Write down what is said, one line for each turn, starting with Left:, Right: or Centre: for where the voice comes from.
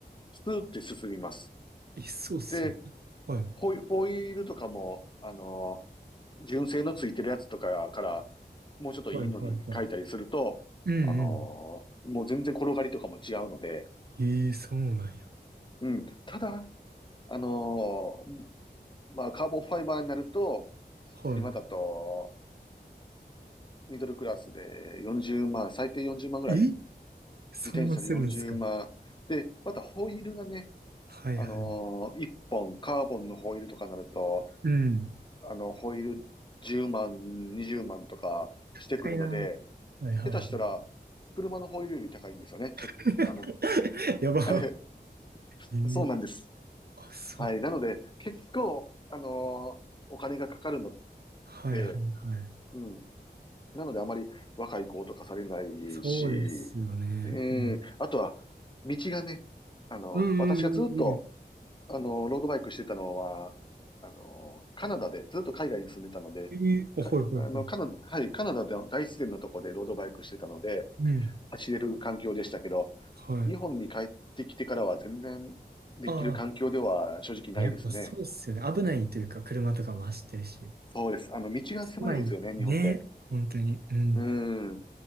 Left: スーって進みます。
Right: い。え、そうっすよね。
Left: で、
Right: はい。
Left: ホイ、ホイールとかも、あの純正のついてるやつとかから、もうちょっといいのに書いたりすると、
Right: はいはいはい。うんうん。
Left: あのーもう全然転がりとかも違うので、
Right: ええ、そうなんや。
Left: うん。ただ、あのーまあ、カーボンファイバーになると、
Right: は
Left: 今だと、ミドルクラスで40万、最低40万ぐらい、
Right: い。
Left: 自
Right: えそんなするんすか。
Left: 転車で40万。で、またホイールがね、
Right: はいはい。
Left: あのー、1本カーボンのホイールとかになると、
Right: うん。
Left: あの、ホイール10万、20万とかしてくるので、
Right: かいな。はいはいはい。
Left: 下手したら、車のホイールより高いんですよね。ちょ、
Right: <laughs>
Left: あの、
Right: やば。
Left: はい。<laughs>
Right: えー
Left: そうなんです。
Right: あ、そう。
Left: はい。なので、結構、あのーお金がかかるの
Right: はいはいはい。
Left: で、うん。なので、あまり若い子とかされないし、
Right: そうですよね。
Left: うん。
Right: うん。
Left: あとは、道がね、あの、
Right: うんうんうんうん。
Left: 私がずっと、あの、ロードバイクしてたのは、あの、カナダで、ずっと海外に住んでたので、
Right: えー、あ、
Left: か、
Right: はいはいはい。
Left: あの、カナ、はい、カナダの大自然のとこでロードバイクしてたので、
Right: うん。
Left: 走れる環境でしたけど、
Right: はい。
Left: 日本に帰ってきてからは全然できる環境では正直ないですね。
Right: ああ、やっぱそうっすよね。危ないというか、車とかも走ってるし。
Left: そうです。あの、道が狭いですよね、
Right: 狭い。
Left: 日本って。
Right: ね。本当に。うん。
Left: うーん。